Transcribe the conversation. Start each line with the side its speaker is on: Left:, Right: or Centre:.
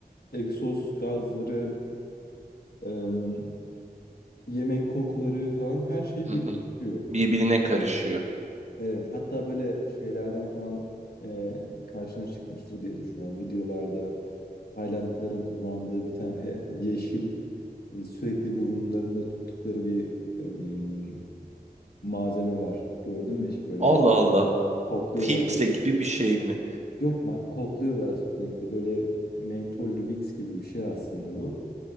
Left: egzoz gazları, e, yemek kokuları falan her şey
Right: hı
Left: birleşiyor.
Right: hı. Birbirine karışıyor.
Left: Evet, hatta böyle şeylerden falan e, karşına çıkmıştır diye düşünüyorum. Videolarda Taylandlıların kullandığı bir tane <laughs> yeşil e, sürekli burunlarında tuttukları bir e, m, malzeme var. Gördün mü hiç? Böyle
Right: Allah Allah.
Left: kokluyorlar.
Right: Filtre gibi bir şey mi?
Left: Yok abi kokluyorlar sürekli. Böyle mentollü Vicks gibi bir şey aslında bu.